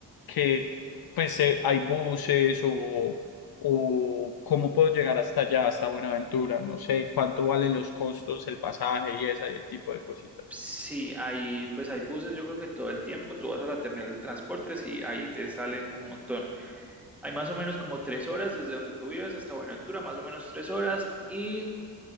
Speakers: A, on the left (about 55°); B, in the centre.
A: que pues eh, hay buses o, o cómo puedo llegar hasta allá, hasta Buenaventura, no sé cuánto valen los costos, el pasaje y ese tipo de cositas.
B: Sí, hay, pues hay buses, yo creo que todo el tiempo tú vas a la terminal de transportes y ahí te salen un montón. Hay más o menos como tres horas desde donde tú vives hasta Buenaventura, más o menos tres horas, y